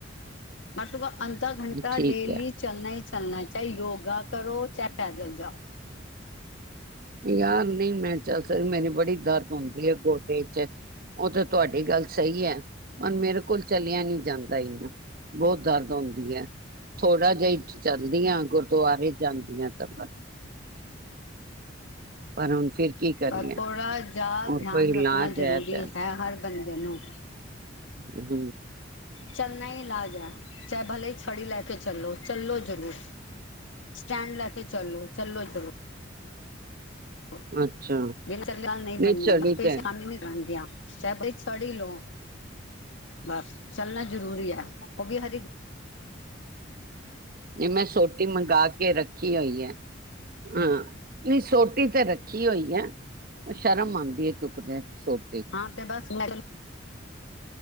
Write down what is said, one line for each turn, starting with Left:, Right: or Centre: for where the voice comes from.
Left: ਅਥਵਾ ਅੰਧਾ
Right: ਹੈ
Left: ਘੰਟਾ
Right: ਠੀਕ
Left: ਡੇਲੀ
Right: ਹੈ
Left: ਚੱਲਣਾ ਹੀ ਚੱਲਣਾ, ਚਾਹੇ ਯੋਗਾ ਕਰੋ, ਚਾਹੇ ਪੈਦਲ ਜਾਓ
Right: ਯਾਰ ਨਹੀਂ ਮੈਂ ਚੱਲ ਸਕਦੀ ਮੇਰੀ ਬੜੀ ਦਰਦ ਹੁੰਦੀ ਹੈ ਗੋਡੇ ਚ ਉਹ ਤਾਂ ਤੁਹਾਡੀ ਗੱਲ ਸਹੀ ਹੈ ਪਰ ਮੇਰੇ ਕੋਲ ਚਲਿਆ ਨੀ ਜਾਂਦਾ ਇਨਾ ਬਹੁਤ ਦਰਦ ਹੁੰਂਦੀ ਹੈ ਥੋੜ੍ਹਾ ਜਿਹਾ ਈ ਚੱਲਦੀ ਆ ਗੁਰਦੁਆਰੇ ਜਾਂਦੀਆਂ ਆ <unintelligible> ਪਰ ਹੁਣ ਫਿਰ ਕੀ ਕਰੀਏ
Left: ਬਸ ਥੋੜ੍ਹਾ ਜਾ
Right: ਹੋਰ
Left: ਧਿਆਨ
Right: ਕੋਈ ਇਲਾਜ
Left: ਰੱਖਣਾ ਜ਼ਰੂਰੀ
Right: ਹੈ ਤਾਂ
Left: ਹੈ ਹਰ ਬੰਦੇ ਨੂੰ
Right: ਹਮ
Left: ਚੱਲਣਾ ਹੀ ਇਲਾਜ ਹੈ ਚਾਹੇ ਭਲੇ ਹੀ ਛੜੀ ਲੈ ਕੇ ਚੱਲੋ ਚੱਲੋ ਜ਼ਰੂਰ ਸਟੈਂਡ ਲੈ ਕੇ ਚਲੋ ਚੱਲੋ ਜ਼ਰੂਰ <inaudible>
Right: ਅੱਛਾ
Left: ਪਰੇਸ਼ਾਨੀ
Right: ਨਹੀਂ ਛੜੀ ਤੇ
Left: ਨੀ ਬਣ ਗਿਆ ਚਾਹੇ ਤੁਸੀਂ ਛੜੀ ਲਓ ਬਸ ਚੱਲਣਾ ਜ਼ਰੂਰੀ ਹੈ ਉਹ ਵੀ ਹਰੀ
Right: ਇਹ ਮੈਂ ਸੋਟੀ ਮੰਗ ਕੇ ਰੱਖੀ ਹੋਈ ਹੈ ਹਾਂ ਨਹੀਂ ਸੋਟੀ ਤੇ ਰੱਖੀ ਹੋਈ ਐ ਸ਼ਰਮ ਆਉਂਦੀ ਹੈ ਚੁੱਕਦੇ ਆ ਸੋਟੇ
Left: ਹਾਂ ਤੇ ਬਸ ਮੈ